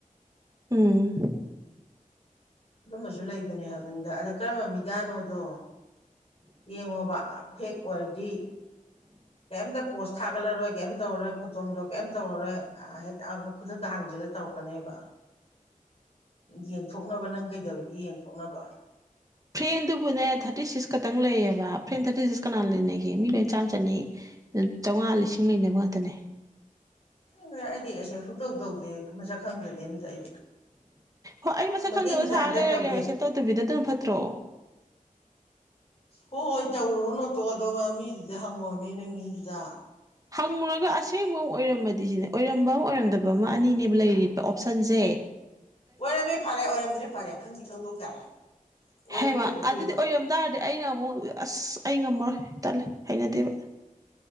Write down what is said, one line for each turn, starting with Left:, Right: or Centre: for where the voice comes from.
Right: ꯎꯝ
Left: ꯑꯗꯨꯃꯁꯨ ꯂꯩꯕꯅꯦ ꯍꯥꯏꯕꯅꯤꯗ ꯑꯗ ꯀꯔꯝꯕ ꯃꯤ ꯅꯣꯗꯣ ꯌꯦꯡꯉꯣꯕ ꯐꯦꯛ ꯑꯣꯏꯔꯗꯤ ꯀꯦꯝꯇ ꯄꯣꯁ ꯊꯥꯒꯠꯂꯔꯣꯏ ꯀꯩꯝ ꯇꯧꯔꯔꯣꯏ ꯐꯣꯇꯣ ꯅꯨꯡꯗꯣ ꯀꯩꯝ ꯇꯧꯔꯔꯣꯏ ꯍꯦꯛ ꯑꯃꯨꯛ ꯈꯨꯗꯛꯇ ꯍꯥꯡꯖꯜꯂ ꯇꯧꯔꯛꯀꯅꯦꯕ ꯌꯦꯡꯊꯣꯛꯅꯕ ꯅꯪ ꯀꯩꯗꯧꯔꯤꯒꯦ ꯌꯦꯡꯊꯣꯛꯅꯕ
Right: ꯐ꯭ꯔꯦꯟꯗꯨꯕꯨꯅꯦ ꯊꯥꯔꯇꯤ ꯁꯤꯛꯁ ꯈꯛꯇꯪ ꯂꯩꯌꯦꯕ ꯐ꯭ꯔꯦꯟ ꯊꯥꯔꯇꯤ ꯁꯤꯛꯁ ꯀꯅꯥ ꯂꯩꯅꯒꯦ ꯃꯤ ꯂꯣꯏ ꯆꯥꯝ ꯆꯅꯤ ꯆꯥꯝꯃꯉꯥ ꯂꯤꯁꯤꯡ ꯂꯩꯅꯕ ꯉꯥꯛꯇꯅꯦ
Left: ꯎ ꯑꯩꯗꯤ ꯑꯁꯦ ꯐꯨꯇꯧ ꯇꯧꯗꯦ ꯃꯁꯛ ꯈꯪꯗꯗꯤꯦ ꯑꯝꯇ ꯑꯩꯗꯤ
Right: ꯍꯣꯏ ꯑꯩ ꯃꯁꯛ
Left: ꯃꯩꯇꯩ
Right: ꯈꯪꯗꯕ
Left: ꯃꯆꯥꯗ
Right: ꯁꯥꯔ ꯂꯩꯔꯒꯦꯕ
Left: ꯇꯧꯗꯦ
Right: ꯑꯦꯁꯦꯞ ꯇꯧꯗꯕꯤꯗꯗꯅ ꯐꯠꯇ꯭ꯔꯣ
Left: ꯍꯣꯏ ꯇꯎꯔꯅꯤ ꯇꯣꯛꯑꯣ ꯑꯗꯨꯒ ꯃꯤ ꯍꯪꯉꯣꯃꯦ ꯅꯣꯏ ꯃꯤꯗꯨꯗ
Right: ꯍꯪꯉꯨꯔꯒ ꯑꯁꯦꯡꯕ ꯃꯨꯛ ꯑꯣꯏꯔꯝꯃꯗꯤ ꯁꯤꯅꯦ ꯑꯣꯏꯔꯝꯕ ꯑꯃ ꯑꯣꯏꯔꯝꯗꯕ ꯑꯃ ꯑꯅꯤꯅꯦꯕ ꯂꯩꯔꯤꯗꯣ ꯑꯣꯞꯁꯟꯖꯦ
Left: ꯑꯣꯏꯔꯝꯃꯦ ꯐꯔꯦ ꯑꯣꯏꯔꯝꯗ꯭ꯔꯦ ꯐꯔꯦ ꯈꯪꯗꯤ ꯈꯪꯗꯣꯛ ꯇꯥꯔꯦ ꯑꯣꯏꯔꯝꯃ
Right: ꯍꯦꯃ
Left: ꯀꯩꯗꯧꯗꯣꯏꯅꯣ
Right: ꯑꯗꯨꯗꯤ ꯑꯣꯏꯔꯝ ꯇꯔꯗꯤ ꯑꯩꯅ ꯑꯃꯨꯛ ꯑꯁ ꯉꯝꯃꯔꯣꯏ ꯇꯜꯂ ꯍꯩꯅꯗꯦꯕ